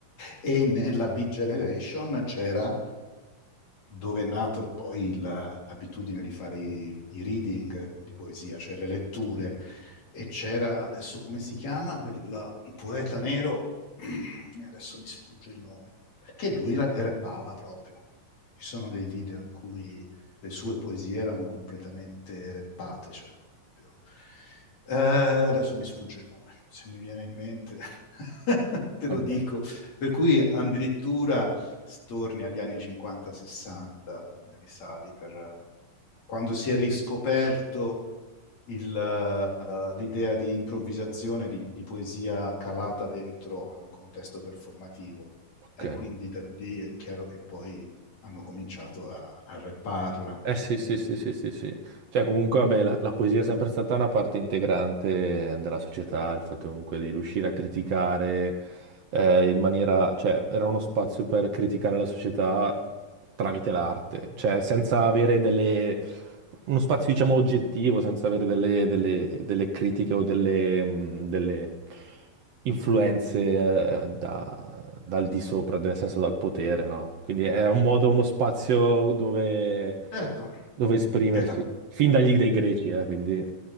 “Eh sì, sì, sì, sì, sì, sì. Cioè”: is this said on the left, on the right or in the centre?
Right